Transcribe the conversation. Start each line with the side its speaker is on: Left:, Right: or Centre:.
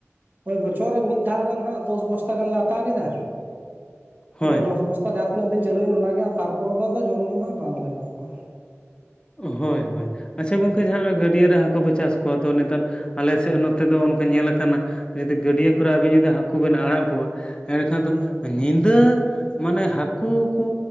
Right: ᱳᱭ ᱵᱚᱪᱷᱚᱨ ᱨᱮ ᱢᱤᱫ ᱫᱷᱟᱣ ᱜᱟᱱ ᱦᱟᱜ ᱫᱚᱥ ᱵᱚᱥᱛᱟ ᱜᱟᱱᱞᱮ ᱦᱟᱛᱟᱣ ᱠᱮᱫᱟ
Left: ᱦᱳᱭ
Right: ᱚᱱᱟ ᱫᱚᱥ ᱵᱚᱥᱛᱟ ᱡᱟᱦᱟᱸ ᱛᱤᱱᱟᱹᱜ ᱫᱤᱱ ᱪᱟᱹᱞᱩᱭᱮᱱ ᱚᱱᱟᱜᱮ ᱛᱟᱨᱯᱚᱨ ᱫᱚ ᱟᱫᱚ ᱡᱚᱢ ᱫᱚ ᱦᱟᱸᱜ ᱵᱟᱝᱞᱮ ᱮᱢᱟ ᱠᱚᱣᱟ ᱾
Left: ᱦᱳᱭ ᱦᱳᱭ ᱟᱪᱪᱷᱟ ᱜᱚᱝᱠᱮ ᱡᱟᱦᱟᱸᱱᱟᱜ ᱜᱟᱹᱰᱭᱟᱹ ᱨᱮ ᱦᱟᱹᱠᱩ ᱯᱮ ᱪᱟᱥ ᱠᱚᱣᱟ ᱛᱚ ᱱᱮᱛᱟᱨ ᱟᱞᱮᱥᱮᱫ ᱱᱚᱛᱮ ᱫᱚ ᱚᱱᱠᱟ ᱧᱮᱞᱟ ᱠᱟᱱᱟ ᱡᱩᱫᱤ ᱜᱟᱹᱰᱭᱟᱹ ᱠᱚᱨᱮ ᱟᱵᱤᱱ ᱡᱩᱫᱤ ᱦᱟᱹᱠᱩ ᱵᱤᱱ ᱟᱲᱟᱜ ᱠᱚᱣᱟ ᱮᱸᱰᱮᱠᱷᱟᱱ
Right: ᱦᱩᱸ
Left: ᱫᱚ ᱧᱤᱫᱟᱹ ᱢᱟᱱᱮ ᱦᱟᱹᱠᱩ ᱠᱩ